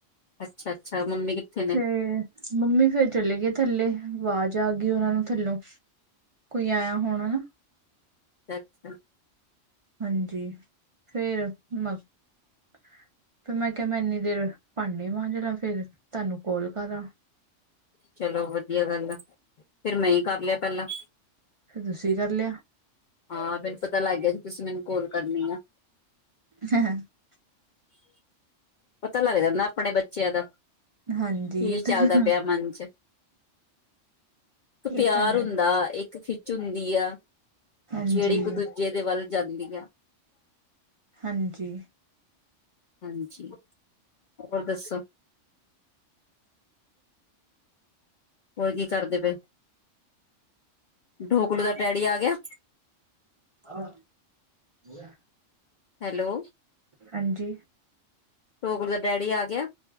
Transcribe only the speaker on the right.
ਫੇਰ ਮੰਮੀ ਫੇਰ ਚਲੇ ਗਏ, ਥੱਲੇ ਵਾਜ਼ ਆ ਗੀ ਓਨਾਂ ਨੂੰ ਥੱਲੋਂ ਕੋਈ ਆ ਹੋਨਾ ਨਾ।
ਹਾਂਜੀ ਫੇਰ ਮ ਫਿਰ ਮੈਂ ਕਿਹਾ ਮੈਂ ਇਨੀ ਦੇਰ ਭਾਂਡੇ ਮਾਂਜ ਲਾ ਫੇਰ ਤਾਂਨੂੰ ਕੋਲ ਕਰਾਂ
ਤੁਸੀਂ ਕਰ ਲਿਆ।
<unintelligible>
ਹਾਂਜੀ
ਇਹ
ਤਾਂ
ਇਹ ਤਾਂ ਹੈ
ਹਾਂਜੀ
ਹਾਂਜੀ
ਆਾਂ <unintelligible>
ਹਾਂਜੀ।